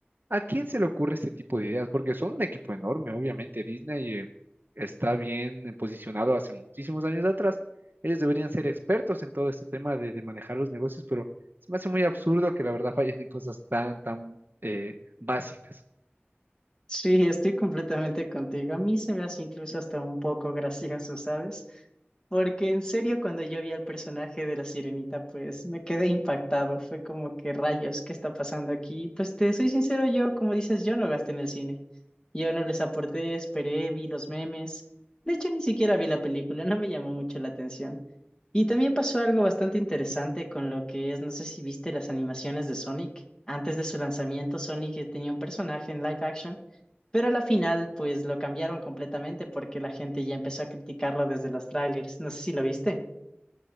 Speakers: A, on the right; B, on the left.
A: ¿A quién se le ocurre este tipo de ideas? Porque son un equipo enorme, obviamente. Disney eh, está bien posicionado hace muchísimos años atrás. Ellos deberían ser expertos en todo este tema de, de manejar los negocios, pero se me hace muy absurdo que la verdad fallen en cosas tan, tan eh, básicas.
B: Sí, estoy completamente contigo. A mí se me hace incluso hasta un poco gracioso, ¿sabes? Porque en serio, cuando yo vi al personaje de la sirenita, pues me quedé impactado. Fue como que rayos, ¿qué está pasando aquí? Pues te soy sincero, yo, como dices, yo no gasté en el cine. Yo no les aporté, esperé, vi los memes. De hecho, ni siquiera vi la película, no me llamó mucho la atención. Y también pasó algo bastante interesante con lo que es, no sé si viste las animaciones de Sonic. Antes de su lanzamiento, Sonic tenía un personaje en live action pero a la final, pues lo cambiaron completamente porque la gente ya empezó a criticarlo desde los trailers. No sé si lo viste.